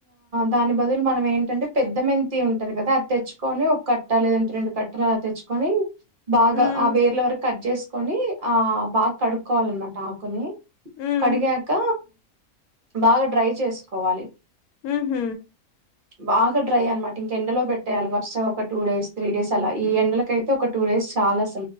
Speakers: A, on the right (about 40°); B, on the left (about 80°).
A: దాని బదులు మనము ఏం టంటే పెద్ద మంతి ఉంటది కదా అది తెచ్చుకొని ఒక కట్ట లేదంటే రెండు కట్టలు అలా తెచ్చుకొని బాగా
B: హ్మ్.
A: ఆ వేర్ల వరకు కట్ చేసుకొని ఆ బాగా కడుక్కోవాలన్నమాట ఆకుని
B: హ్మ్.
A: కడిగాక బాగా డ్రై చేసుకోవాలి
B: హ్మ్
A: బాగా డ్రై అనమాట ఇంక ఎండలో పెట్టేయాలి వరుసగా ఒక టూ డేస్ త్రీ డేస్ అలా ఈ ఎండలక అయితే ఒక టూ డేస్ చాలా అస్